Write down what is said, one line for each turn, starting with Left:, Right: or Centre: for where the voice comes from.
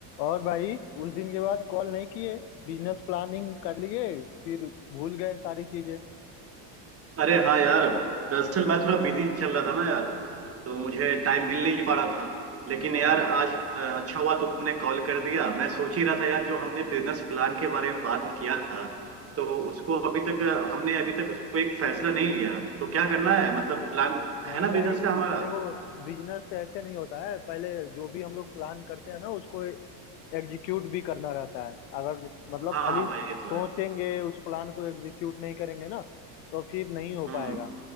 Left: और भाई उस दिन के बाद कॉल नहीं किए बिजनेस प्लानिंग कर लिए फिर भूल गए सारी चीजें
Right: अरे हाँ यार दरअसल मैं थोड़ा बिजी चल रहा था ना यार तो मुझे टाइम मिल नहीं पा रहा था लेकिन
Left: हाँ
Right: यार आज अ, अच्छा हुआ तुमने कॉल कर दिया मैं सोच ही रहा था यार जो हमने बिजनेस प्लान के बारे में बात किया था तो उसको अभी तक अ, हमने अभी तक उसको एक फैसला नहीं लिया तो क्या करना है मतलब प्लान
Left: नहीं
Right: है ना
Left: भाई
Right: बिजनेस का हमारा
Left: देखो बिजनेस तो ऐसे नहीं होता है पहले जो भी हम लोग प्लान करते हैं ना उसको एग्जीक्यूट भी करना रहता है अगर मतलब
Right: हाँ
Left: खाली
Right: हाँ भाई
Left: सोचेंगे
Right: ये तो है
Left: उस प्लान को एग्जीक्यूट नहीं करेंगे ना तो फिर नहीं हो
Right: हम्म
Left: पाएगा